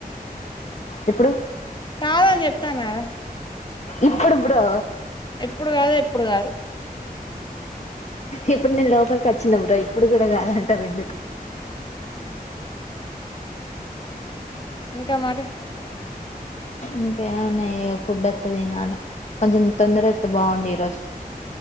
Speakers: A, on the left; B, on the left.
A: ఇప్పుడు
B: కాదని చెప్తాన్నా కదా
A: ఇప్పుడు బ్రో
B: ఇప్పుడు కాదు ఎప్పుడు కాదు
A: ఇప్పుడు నేను లోపలికి వచ్చిన బ్రో ఇప్పుడు కూడా కాదంటావు ఎందుకు
B: అ ఇంకా మరీ
A: ఇంకేమున్నాయి ఫుడ్ అత్తే తినాలి కొంచెం తొందరోత్తే బాగుండు ఈరోజు